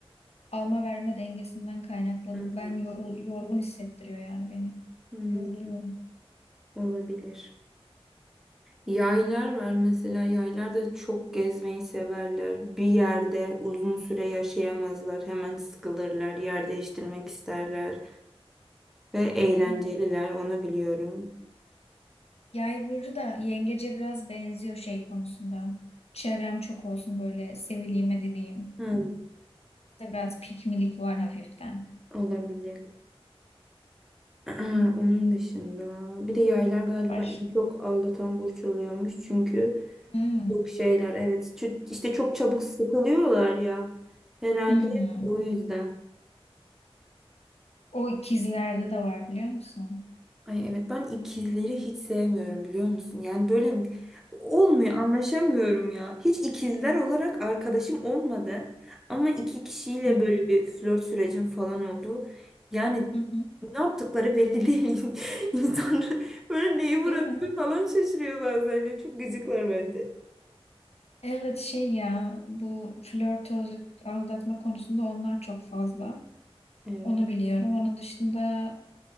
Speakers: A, on the left; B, in the centre.
A: alma verme dengesinden kaynaklı.
B: <laughs>
A: Ben yorul, yorgun hissettiriyor yani beni.
B: Hmm,
A: Yoruluyorum.
B: olabilir. Yaylar var mesela yaylar da çok gezmeyi severler. Bir yerde uzun süre yaşayamazlar. Hemen sıkılırlar. Yer değiştirmek isterler. Ve eğlenceliler
A: Hı.
B: onu biliyorum.
A: Yay burcu da yengece biraz benziyor şey konusunda. Çevrem çok olsun böyle sevileyim edineyim.
B: Hmm,
A: Burada biraz pikmilik var hafiften.
B: olabilir. <clears throat> Onun dışında bir de yaylar galiba
A: Baş.
B: en çok aldatan burç oluyormuş çünkü
A: Hmm.
B: çok şeyler evet çü- işte çok çabuk sıkılıyorlar ya herhalde
A: Hmm.
B: o yüzden.
A: O ikizlerde de var biliyor musun?
B: Ay evet ben ikizleri hiç sevmiyorum biliyor musun? Yani böyle olmuyor anlaşamıyorum ya. Hiç ikizler olarak arkadaşım olmadı. Ama iki kişiyle
A: Hmm.
B: böyle bir flört sürecim falan oldu. Yani
A: Hı hı.
B: ne yaptıkları belli değil. <laughs> İnsan böyle neyi vurabilir
A: Değil mi?
B: falan şaşırıyor bazen. ya. Çok gıcıklar bence.
A: Evet şey ya bu flörtözlük aldatma konusunda onlar çok fazla.
B: Evet.
A: Onu biliyorum. Onun dışında